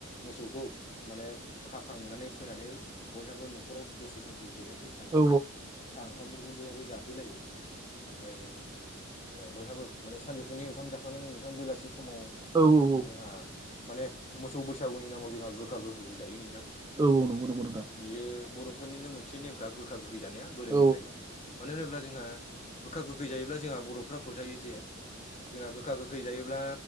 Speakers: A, on the left; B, on the right.
A: मोसौखौ माने खाखांनानै फैनानै बयहाबो न'खराव दसे बे समखौ जिरायफैस्रांङो
B: औ
A: नोंथां साहा ओंखामफोरखौ बयहाबो जाफैलायो ओमफ्राय। ओ बयहाबो माने सानजौफुनि ओंखाम जाखांनानै नोंथां बेलासि समाव
B: औ
A: जोंहा
B: औ
A: माने मोसौव बैसागुनि नामाव जोंहा गोखा गोखैंय जायो नोंथां।
B: औव नंगौ नंगौ नोंथां।
A: बियो बर'फोरनिनो मोनसे नेमखा गोखा गोखैंय जानाया गोदोनिफ्रायनो।
B: औ
A: मानो होनोब्ला जोंहा गोखा गोखैंय जायोब्ला जोंहा बर'फ्रा फोथायो जे जोंहा गोखा गो गोखैजायोब्ला